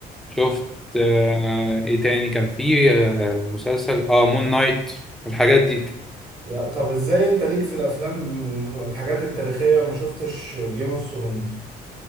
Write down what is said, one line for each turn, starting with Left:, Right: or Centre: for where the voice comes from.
Centre: شفت آه، ايه تاني كان في آه، مسلسل اه مون نايت الحاجات دي
Right: يا طب ازاي انت ليك في الافلام والحاجات التاريخية وما شفتش جيم اوف ثرونز